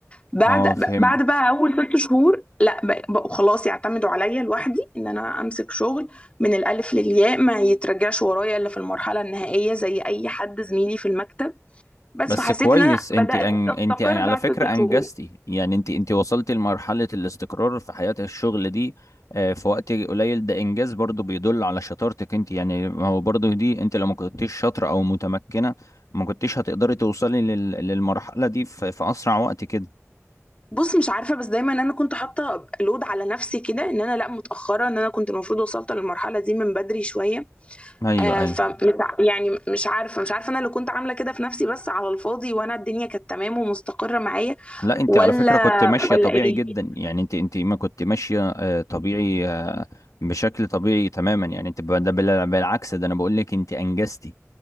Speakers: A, on the left; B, on the left.
A: بعد
B: اه فهمت
A: بعد بقى اول ست شهور لا بق- بقوا خلاص يعتمدوا عليا لوحدي ان انا امسك شغل من الالف للياء ما يترجعش ورايا الا في المرحله النهائيه زي اي حد زميلي في المكتب بس
B: بس
A: فحسيت
B: كويس
A: ان انا
B: انت
A: بدات
B: أن...
A: استقر
B: انت أن... على
A: بعد
B: فكرة
A: ست
B: انجزتي
A: شهور
B: يعني انت انت وصلتي لمرحلة الاستقرار في حياة الشغل دي آه، في وقت قليل ده انجاز برضو بيدل على شطارتك انت يعني ما هو برضو دي انت لو ما كنتيش شاطرة او متمكنة ما كنتيش هتقدري توصلي لل... للمرحلة دي في... في اسرع وقت كده
A: بص مش عارفه بس دايما انا كنت حاطه لود على نفسي كده ان انا لا متاخره ان انا كنت المفروض وصلت للمرحله دي من بدري شويه
B: ايوه
A: آه
B: ايوه
A: فمش ع- يعني مش عارفه مش عارفه انا اللي كنت عامله كده في نفسي بس على الفاضي وانا الدنيا كانت تمام ومستقره معايا
B: لا انت
A: ولا
B: على فكرة كنت ماشية
A: ولا
B: طبيعي
A: ايه
B: جدا يعني انت انت ما كنت ماشية آه، طبيعي آه، بشكل طبيعي تماما يعني انت ب- ده بال- بالعكس ده انا بقول لك انت انجزتي